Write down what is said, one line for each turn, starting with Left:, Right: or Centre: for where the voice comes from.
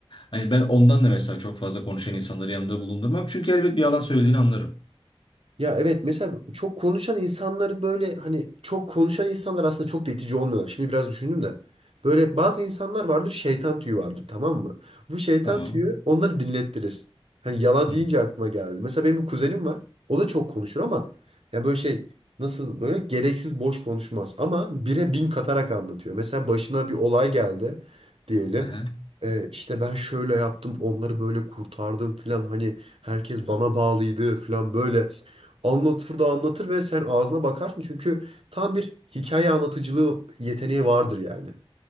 Left: Hani ben ondan da mesela çok fazla konuşan insanları yanında bulundurmam. Çünkü elbet bir yalan söylediğini anlarım.
Right: Ya evet mesela çok konuşan insanları böyle hani çok konuşan insanlar aslında çok da itici olmuyorlar. Şimdi biraz düşündüm de. Böyle bazı insanlar vardır şeytan tüyü vardır tamam mı? Bu şeytan
Left: Tamam.
Right: tüyü onları dinlettirir. Hani yalan
Left: Hı.
Right: deyince aklıma geldi. Mesela benim bir kuzenim var. O da çok konuşur ama ya böyle şey nasıl böyle gereksiz boş konuşmaz. Ama bire bin katarak anlatıyor. Mesela başına bir olay geldi diyelim.
Left: Aha.
Right: Ee, işte ben şöyle yaptım onları böyle kurtardım filan hani herkes bana bağlıydı filan böyle anlatır da anlatır ve sen ağzına bakarsın. Çünkü tam bir hikaye anlatıcılığı yeteneği vardır yani.